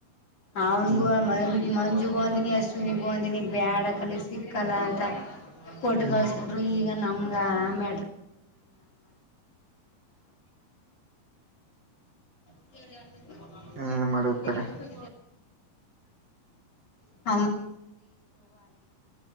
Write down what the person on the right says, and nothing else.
ಹ್ಮ್
ಹ್ಮ್
ಹ್ಮ್ ಮಾಡುತ್ತಾಗ <inaudible>